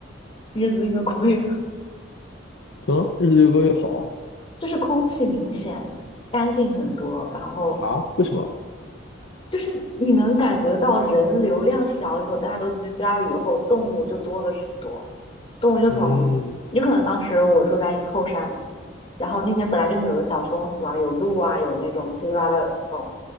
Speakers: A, on the left; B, on the left.
A: 日子越过越，
B: 嗯，日子越过越好
A: <laughs> 就是空气明显干净很多，然后
B: 啊？为什么？
A: 就是你能感觉到人流量小了以后，大家都居家了以后，动物就多了很多。动物就从，
B: 嗯
A: 有可能当时我住在后山，然后那边本来就很多小松鼠啊，有鹿啊，有那种七七八八的那种